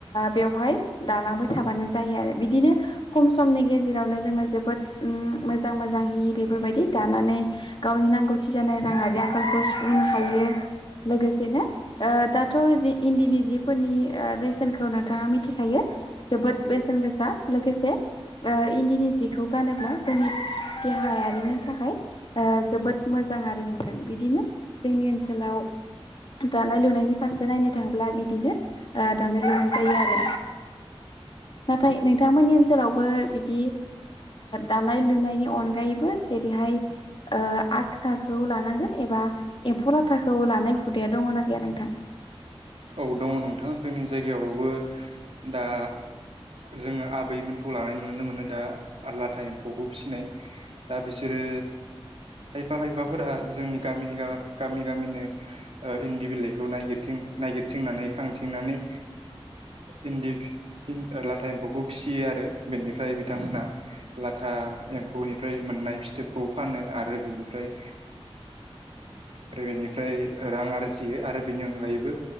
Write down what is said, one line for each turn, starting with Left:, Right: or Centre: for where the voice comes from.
Left: बेवहाय दालांबाय थाबानो जायो आरो बिदिनो खम समनि गेजेरावनो जोङो जोबोद मोजां मोजां हि बेफोरबायदि दानानै गावनि नांगौथि जानाय राङारि आंखालखौ सुफुंनो हायो। लोगोसेनो दाथ' जि इन्दिनि जि फोरनि बेसेनखौ नोंथाङा मिथिखायो जोबोद बेसेन गोसा। लोगोसे इन्दिनि जिखौ गानोब्ला जोंनि देहायारिनि थाखाय जोबोद मोजां आरो नोंथां। बिदिनो जोंनि ओनसोलाव दानाय लुनायनि फारसे नायनो थांब्ला बिदिनो दानाय लुनाय जायो आरो। नाथाय नोंथांमोननि ओनसोलावबो बिदि दानाय लुनायनि अनगायैबो जेरैहाय आगसाखौ लानांगोन एबा एम्फौ लाथाखौ लानाय हुदाया दङना गैया नोंथां?
Right: औ दङ नोंथां जोंनि जायगायावबो दा जोङो आबैमोनखौ लानानै नुनो मोनो दा लाथा एम्फौखौ फिसिनाय। दा बिसोरो खायफा खायफाफोरा जोंनि गामि गा गामि गामिनो इन्दि बिलाइखौ नागिरथिं नागिरथिंनानै खांथिंनानै इन्दि इन लाथा एम्फौखौ फिसियो आरो। बेनिफ्राय बिथांमोना ला था एम्फौनिफ्राय मोननाय फिथोबखौ फानो आरो बिनिफ्राय आरो बेनिफ्राय रां आरजियो आरो बेनि अनगायैबो